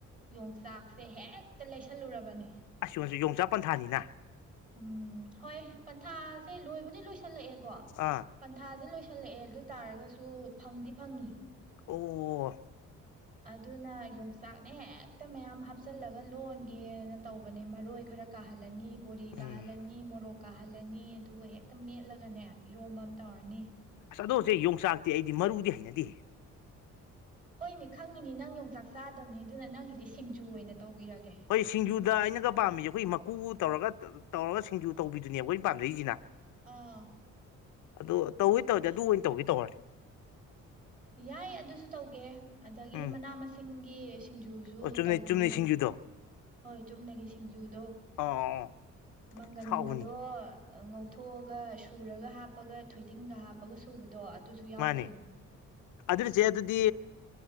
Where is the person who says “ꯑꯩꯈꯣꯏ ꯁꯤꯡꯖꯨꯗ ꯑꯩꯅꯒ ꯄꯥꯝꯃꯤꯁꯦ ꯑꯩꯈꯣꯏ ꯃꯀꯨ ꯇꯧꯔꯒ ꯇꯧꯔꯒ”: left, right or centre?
Left